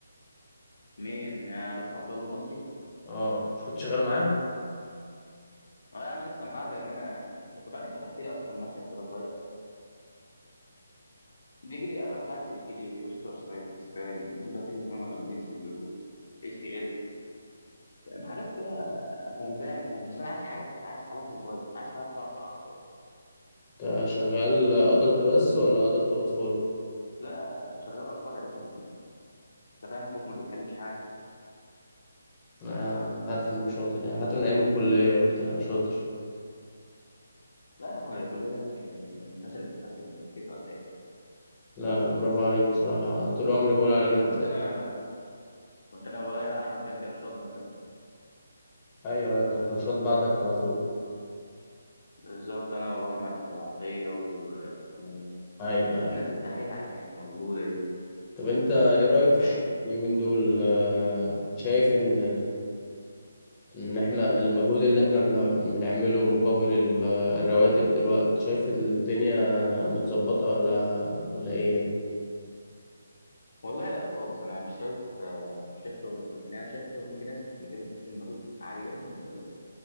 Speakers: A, on the left; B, on the left.
A: مين يا دكتور عبد الله المصري
B: اه مش كنت شغال معاه
A: اه يا عم لسه معاه زي ما انا وبعدين فتحت لي اصلا مركز كده صغير بيجي لي اغلب الحالات اللي بيجي لي اوستر سلايتس فاهم باتيلو فيمورال بين سندروم اي سي ال فاهم حاجات كده غلبانه يعني بس انا عايز حاجات عايز حالات صبايا عايز حالات صعبه كده
B: انت شغال ادلت بس ولا ادلت واطفال
A: لا شغال اطفال يا باشا كمان انت فاهم اخوك ما بيحلش حاجه يعني.
B: انا أنا عارف انك شاطر يعني حتى من ايام الكلية وانت شاطر
A: لا انا كنت الكليه دي انا كنت كنت من الناس اللي بترتب الترتيب ولا ايه
B: لا برافو عليك بصراحة طول عمري بقول عليك هتبقى
A: كنت انا كنت انا والولا احمد مجدي رشاد لو انت فاكر
B: ايوه ايوه كان رشاد بعدك على طول
A: بالظبط انا واحمد عطيه واسمه ده
B: ايوه أيوة.
A: الناس الدحيحه اللي كانت موجوده دي
B: طب انت ايه رأيك في
A: إيه،
B: الشغل اليومين دول آه، شايف ان ان احنا المجهود اللي احنا بن- بنعمله مقابل ال- الرواتب دلوقتي شايف الدنيا متظبطة ولا ولا ايه يعني
A: والله لا خالص انا مش شايف آه، مش شايف شغل كويس يعني انا شايف شغل في ناس بتبذل مجهود عالي جدا وكويس